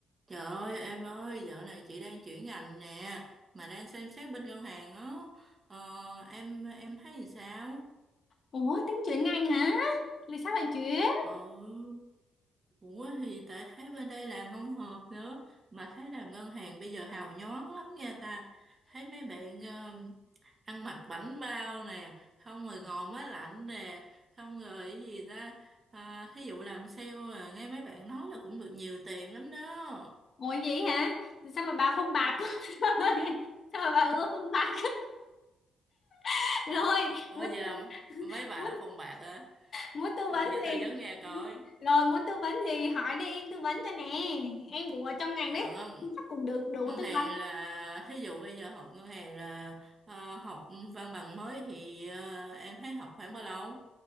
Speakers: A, on the right (about 30°); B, on the left (about 45°).
A: Trời ơi em ơi, dạo này chị đang chuyển ngành nè, mà đang xem xét bên ngân hàng á. Ờ, em em thấy thì sao?
B: Ủa tính chuyển ngành hả? Là sao bạn chuyển?
A: Ừ, ủa thì tại thấy bên đây làm không hợp nữa, mà thấy làm ngân hàng bây giờ hào nhoáng lắm nha ta. Thấy mấy bạn ờ, ăn mặc bảnh bao nè, không rồi ngồi máy lạnh nè, không rồi cái gì ta. À, thí dụ làm sale à, nghe mấy bạn nói là cũng được nhiều tiền lắm đó.
B: Ngồi vậy hả? Sao mà bà phong bạc <laughs> rồi? Sao mà bà ưa phong bạc <laughs> rồi?
A: Ủa
B: Muốn
A: vậy
B: tư,
A: là mấy bà
B: muốn
A: đó phong bạc hả?
B: muốn tư vấn
A: đâu giờ tôi
B: gì?
A: giống nghe coi
B: Rồi muốn tư vấn gì hỏi đi em tư vấn cho nè. Em cũng ở trong ngành
A: rồi
B: đấy,
A: ngân
B: chắc cũng được đủ
A: ngân
B: tư
A: hàng
B: vấn
A: là thí dụ bây giờ học ngân hàng là ờ, học văn bằng mới thì ờ, em thấy học khoảng bao lâu